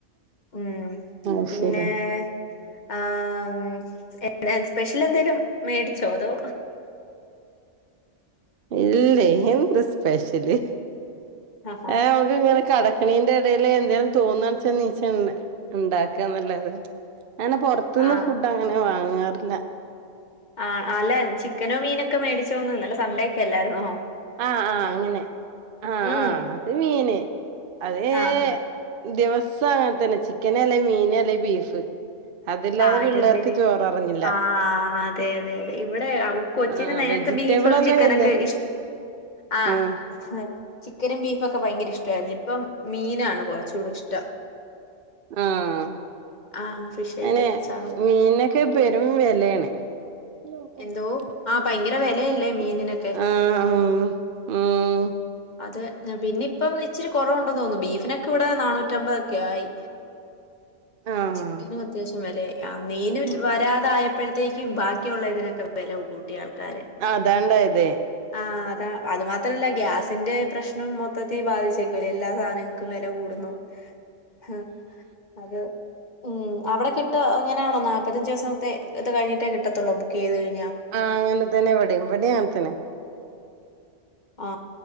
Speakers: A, on the left; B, on the right.
A: ഉം
B: അത്
A: പിന്നെ
B: ശരി
A: ഏഏഏഏ ആ മും എ എ സ്പെഷ്യൽ എന്തെലും മേടിച്ചോ അതോ
B: ഇല്ലേയ് എന്ത് സ്പെഷ്യല്
A: ആഹ്
B: ആ നമക്ക് ങ്ങനെ കടക് കണീന്റെ ഇടയില് എന്തേലും തോന്നാണ്ച്ചാൽ നീച്ച് ഇണ്ടാക്കാ ന്നല്ലാതെ അനെ പൊർത്ത്ന്ന്
A: ആഹ്
B: ഫുഡ് അങ്ങനെ വാങ്ങാറില്ല
A: ആ അല്ലൻ ചിക്കനും മീനൊക്കെ മേടിച്ചോന്നു ന്നലെസൺഡേക്കെ ല്ലാർന്നോ
B: ആ ആ അങ്ങനെ ആഹ
A: ഉം
B: ആഹ അത് മീന് അതേ ഏ
A: ആഹ് ആഹ്
B: ദിവസം അങ്ങനെത്തന്നെ ചിക്കന് അല്ലെ മീൻ അല്ലെ ബീഫ് അതില്ലാതെ
A: ആ
B: പിള്ളേർക്ക്
A: ഇതന്ദ്ന്
B: ചോറെറങ്ങില്ല
A: ആ അതെതെ അതെ ഇവിടെ അവുകൊച്ചിന്
B: ആഹ്
A: നേ
B: വെജിറ്റബിളൊന്നും
A: എൻക്ക് ബീഫും ചിക്കനൊക്കെ
B: വല്യ
A: ഇഷ് ആ
B: ആഹ്
A: ഹ ചിക്കനും ബീഫും ഒക്കെ ഭയങ്കര ഇഷ്ട്ടായിരുന്നു ഇപ്പൊ മീനാണ് കുറച്ചൂടെ ഇഷ്ടം
B: ആഹ ആ
A: ആഹ് ഫിഷ്
B: അയിനെ
A: ഐറ്റംസ് ആണ്
B: മീൻനൊക്കെ പെരും വെലാണ്. ആ
A: എന്തോ
B: ഹ്
A: ആഹ് ഭയങ്കര വിലയല്ലേ മീനിനൊക്കെ
B: ഉ ഉംമമ്
A: അതെ പിന്നെ ഇപ്പം ഇച്ചിരി കുറവുണ്ടോന്ന് തോന്നുന്നു. ബീഫിനൊക്കെ ഇവിടെ ന്നാ ന്നൂറ്റമ്പതൊക്കെ ആയി
B: ആഹ്
A: ചിക്കനും അത്യാവശ്യം വെലായി യാ മീന് വരാതായപ്പൾത്തേക്കും ബാക്കിയുള്ളതിനൊക്കെ വെല കൂട്ടി ട്ടി ആള്ക്കാര്
B: അതാണ്ടായതേ
A: ആാാ അതാ അതുമാത്രല്ല ഗ്യാസ് ന്റെ പ്രശ്നം മൊത്തത്തിൽ ബാധിച്ചേക്കൂവ എല്ലാസാധനങ്ങ ക്കും വില കൂടുന്നു ഹ് അത് ഉം അവടെ കിട്ടാ അങ്ങനാണോ നാല്പ്പത്തഞ്ചച് ദിവസത്തെ ത് കഴിഞ്ഞിട്ടേ കിട്ടത്തുള്ളൂ ബുക്ക് ചെയ്ത് കഴി
B: ആഹ അങ്ങനെ തന്നെവിടിം ഇവിടി അൻത്തന്നെ
A: ആ